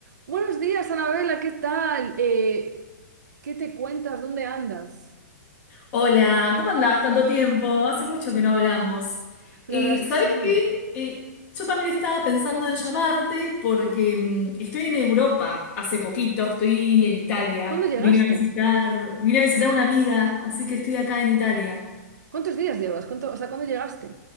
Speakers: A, on the right; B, on the left.
A: Buenos días, Anabela, ¿qué tal? Eh, ¿qué te cuentas? ¿Dónde andas?
B: Hola, ¿cómo andás? Tanto tiempo, hace mucho que no hablamos.
A: Pues
B: Eh,
A: la verdad es que
B: ¿sabés
A: sí.
B: qué? Eh, yo también estaba pensando en llamarte porque mm, estoy en Europa hace poquito, estoy en Italia.
A: ¿Cuándo llegaste?
B: Vine a visitar, vine a visitar a una amiga, así que estoy acá en Italia.
A: ¿Cuántos días llevas? ¿Cuánto, o sea, ¿cuándo llegaste?